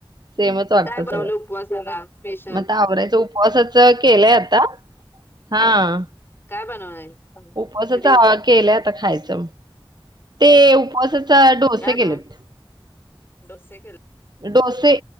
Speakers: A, on the right (about 50°); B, on the left (about 25°).
A: सेमच वाटत
B: मग काय
A: सगळं.
B: बनवलं उपवासाला स्पेशल
A: मग आता आवरायचं उप उपवासाचं केलंय आ ता हां.
B: काय बनवलंय?
A: उपवासाचं
B: खिचडी
A: आ केल्यात. आता खायचं. ते उपवासाचा डोसे
B: काय
A: केेलेत.
B: बनवल डोसे केले
A: डोसे